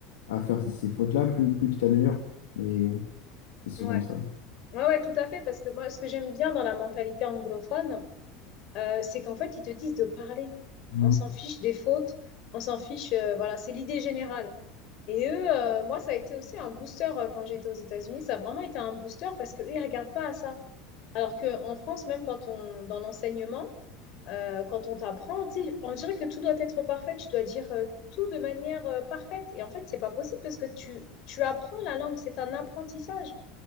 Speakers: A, on the left; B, on the left.
A: à faire ces fautes-là, plus, plus tu t'améliores. Mais c'est souvent
B: Ouais.
A: ça.
B: Ouais, ouais, tout à fait. Parce que moi, ce que j'aime bien dans la mentalité anglophone, euh, c'est qu'en fait, ils te disent de parler.
A: Mhm.
B: On s'en fiche des fautes, on s'en fiche, euh, voilà, c'est l'idée générale. Et eux, euh, moi, ça a été aussi un booster euh, quand j'étais aux États-Unis. Ça a vraiment été un booster parce qu'eux, ils ne regardent pas à ça. Alors qu'en France, même quand on, dans l'enseignement, euh, quand on t'apprend, tu sais, on dirait que tout doit être parfait. Tu dois dire euh, tout de manière euh, parfaite. Et en fait, c'est pas possible parce que tu, tu apprends la langue. C'est un apprentissage.